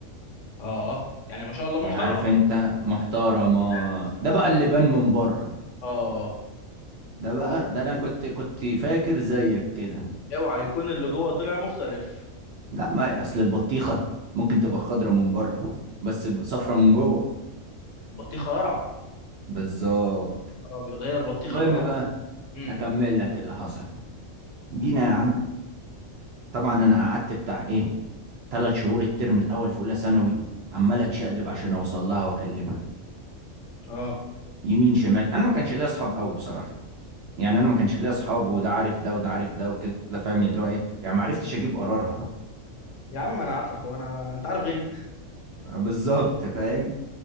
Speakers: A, on the left; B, on the right.
A: اه يعني ما شاء الله محترمه
B: يعني عارف انت محترمه
A: حلو اصل انا
B: ده بقى اللي بان من بره
A: اه
B: ده بقى
A: هو
B: ده انا كنت كنت فاكر زيك كده
A: اوعى يكون اللي جوه طلع مختلف
B: لا ما اصل البطيخه ممكن تبقى خضره من بره بس صفرة
A: صح
B: من جوه
A: البطيخه قرعه
B: بالظبط
A: نهار ابيض هي البطيخ
B: المهم
A: القرعه
B: بقى
A: ده بقى. امم
B: اكمل لك اللي حصل جينا
A: قول
B: يا
A: يا
B: عم
A: باشا
B: طبعا انا قعدت بتاع ايه ثلاث شهور الترم الاول في اولى ثانوي عمال اتشقلب عشان اوصل لها واكلمها
A: اه
B: يمين شمال انا ما كانش ليا اصحاب قوي بصراحه يعني انا ما كانش ليا اصحاب وده عارف ده وده عارف ده وكده فاهم اللي هو ايه يعني ما عرفتش اجيب قرارها
A: يا عم ما انا عارفك هو انا انت عارف غيري
B: <laughs> بالظبط فاهم